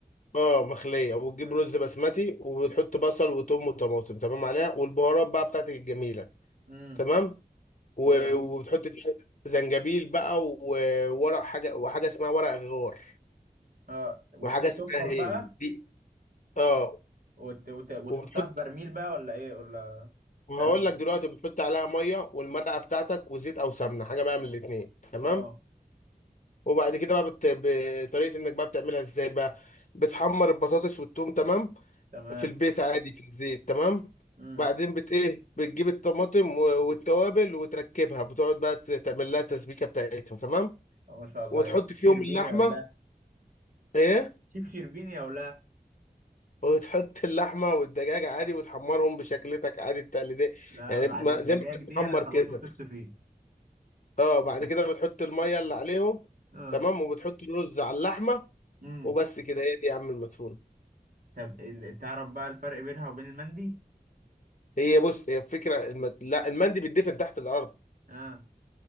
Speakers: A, on the left (about 50°); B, on the right (about 65°).
A: اه مخلية وتجيب
B: مم.
A: رز بسمتي وبتحط بصل وتوم وطماطم تمام عليها والبهارات بقى بتاعتك الجميلة
B: مم.
A: تمام و-
B: و... و...
A: وبتحط فيها زنجبيل بقى وورق حاجة وحاجة اسمها ورق غار
B: اه وت-
A: وحاجة
B: وتبحر
A: اسمها هيل
B: بقى
A: دي اه
B: وت... وت... وتحطها
A: وبتحط
B: في برميل بقى ولا ايه ولا
A: وهقول
B: تعمل ازاي؟
A: لك دلوقتي بتحط عليها ميه والمرقه بتاعتك وزيت او سمنه حاجه بقى من الاتنين تمام
B: اه
A: وبعد كده بقى بت... بطريقه انك بقى بتعملها ازاي بقى بتحمر البطاطس والثوم تمام
B: تمام
A: في البيت عادي في الزيت تمام
B: امم
A: بعدين بت ايه بتجيب الطماطم و- والتوابل وتركبها بتقعد بقى ت- تعمل لها التسبيكه بتاعتها تمام
B: ما شاء الله
A: وتحط
B: عليك شيف
A: فيهم
B: شربيني
A: اللحمه
B: او لا
A: ايه
B: شيف شربيني او لا
A: وتحط اللحمه والدجاج عادي وتحمرهم بشكلتك عادي التقليديه
B: لا
A: يعني
B: بعد
A: ما
B: الدجاج
A: زي ما احنا بنحمر
B: دي انا خلاص
A: كده
B: وثقت فيه
A: اه بعد كده بتحط الميه اللي عليهم
B: اه
A: تمام وبتحط الرز على اللحمه
B: امم
A: وبس كده هي دي يا عم المدفونه
B: طب ال- تعرف بقى الفرق بينها وبين المندي
A: هي بص هي الفكره المد... لا المندي بيتدفن تحت الارض
B: اه